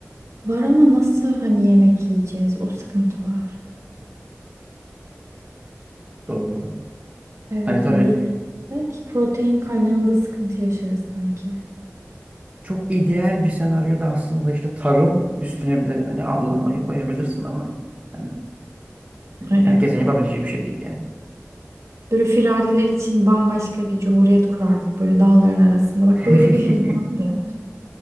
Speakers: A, on the right; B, on the right.
A: var ama nasıl hani yemek yiyeceğiz? O sıkıntı var.
B: Doğru.
A: Evet
B: Hani tabii
A: hani yetiştirsek protein kaynağında sıkıntı yaşarız sanki.
B: çok ideal bir senaryoda aslında işte tarım üstüne bir de hani avlanmayı koyabilirsin ama hani
A: Ay,
B: herkesin
A: evet.
B: yapabileceği bir şey değil yani.
A: Böyle firariler için bambaşka bir cumhuriyet kurardık böyle dağların arasında. Bak
B: <laughs>
A: böyle bir film vardı.